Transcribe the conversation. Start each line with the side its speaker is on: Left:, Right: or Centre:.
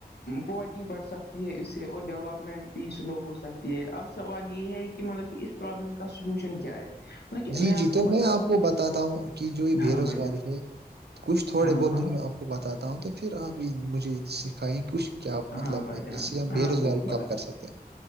Left: پاورٹی بڑھ سکتی ہے اس سے اور ڈیولپمنٹ بھی سلو ہو سکتی ہے اب سوال یہ ہے کہ کہ مطلب کہ اس پرابلم کا سولوشن کیا ہے مطلب کہ
Right: جی
Left: آپ
Right: جی
Left: کو
Right: تو
Left: بتا
Right: میں آپ
Left: دوں
Right: کو بتاتا ہوں کہ جو یہ بے
Left: ہاں
Right: روزگاری
Left: بھائی جان
Right: ہے کچھ تھوڑے
Left: ہاں
Right: بہت
Left: ہاں
Right: مجے میں آپ کو بتاتا ہوں تو پھر آپ یہ مجھے سکھائیں کچھ کیا مطلب
Left: ہاں بھائی
Right: ہے
Left: جان
Right: جس سے ہم بے
Left: ہاں
Right: روزگاری
Left: ب بلا
Right: کم کر سکتے ہیں